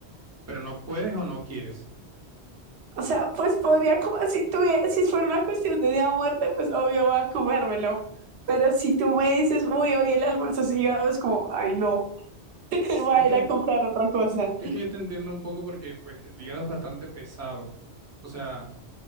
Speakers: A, on the right; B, on the right.
A: pero no puedes o no quieres.
B: O sea, pues podría comer, si tuviera, si fuera una cuestión de día o muerte, pues obvio voy a comérmelo. Pero si tú me dices, uy, hoy el almuerzo es hígado, es como, ay, no. <laughs>
A: Es
B: va
A: es
B: a
A: que,
B: ir a comprar otra cosa.
A: es que te entiendo un poco porque pues el hígado es bastante pesado, o sea...